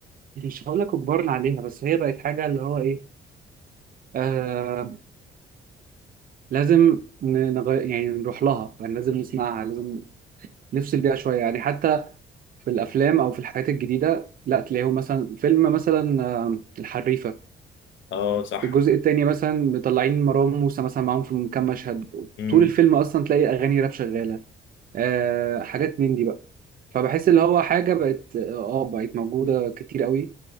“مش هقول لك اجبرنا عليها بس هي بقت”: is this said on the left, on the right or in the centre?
Right